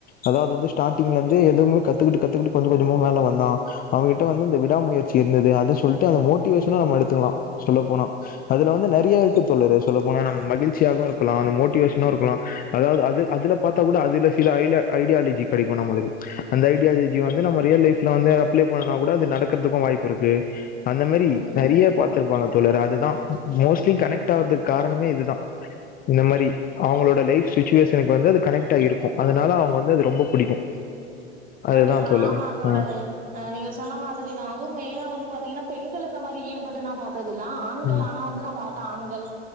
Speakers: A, on the left; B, on the right.
A: அதாவுது வந்து ஸ்டார்டிங்ல இருந்து எதுவுமே கத்துக்கிட்டு கத்துக்கிட்டு கொஞ்சோ கொஞ்சோமா மேல வந்தான் அவங்கிட்ட வந்து இந்த விடாம முயற் சி இருந்துது அத சொல்ட்டு அத மோட்டிவேஷனா நம்ம எடுத்துக்குலா சொல்ல போனா அதுல வந்து நெறைய இருக்கு தோழலுரு சொல்ல போனா நம்ம மகிழ்ச்சியாகவு இருக்குலா அந்த மோட்டிவேஷனாவு இருக்கலா அதாவுது அது அதுல பாத்தா கூட அதுல சில ஐ ஐடியாலஜி கெடைக்கு நம்மளுக்கு அந்த ஐடியாலஜி வந்து நம்ம ரியல் லைஃப்ல வந்து அப்ளே பண்ணுனா கூட அது நடக்குறதுக்கு வாய்ப்பு இருக்கு அந்த மேரி
B: ம்
A: நெறைய பாத்துருப்பாங்க தோழரே அதுதா மோஸ்ட்லி கனெக்ட் ஆகுறதுக்கு காரணமே இதுதா இந்த மாரி அவுங்களோட லைஃப் சுச்சுவேஷனுக்கு வந்து அது கனெக்ட் ஆகி இருக்கு அதுனால அவுங்க வந்து அது ரொம்ப புடிக்கு அதுதா
B: கண்டிப்பா
A: தோழரே
B: ஆமா தோழரே
A: ஆ
B: நீங்க சொன்ன மாதிரிதா அது மெயினா வந்து பாத்தீங்கன்னா பெண்கள் இந்த மாரி ஈடுபட்டு நா பாத் ததில்ல ஆனா ஆண்கள்
A: ம்
B: ஆனா வந்து நா பாத்த ஆண்கள்